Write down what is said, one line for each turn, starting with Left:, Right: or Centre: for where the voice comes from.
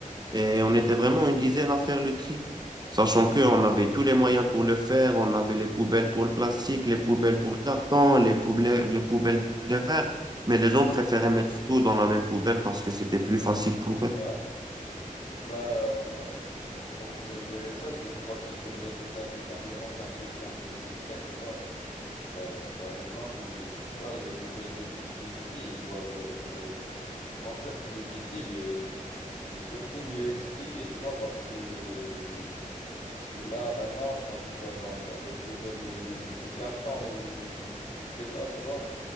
Right: Et on était vraiment une dizaine à faire le tri, sachant qu'on avait tous les moyens pour le faire. On avait les poubelles pour le plastique, les poubelles pour le carton, les poubelles, les poubelles de verre. Mais les gens préféraient mettre tout dans la même poubelle parce que c'était plus facile pour eux.
Left: Ouais. Bah, bah, pour, pour, pour mieux gérer ça, je crois qu'il faudrait tout, un- tout simplement simplifier un peu le système, tu vois. Bah, par exemple, tu vois, les poubelles de, pri- de tri, ils doivent être, euh, comment dire, plus visibles et, et surtout mieux expliquées, tu vois, parce que, parce que là, maintenant, quand tu vas dans, dans des poubelles de, de, de carton ou je sais pas, tu vois,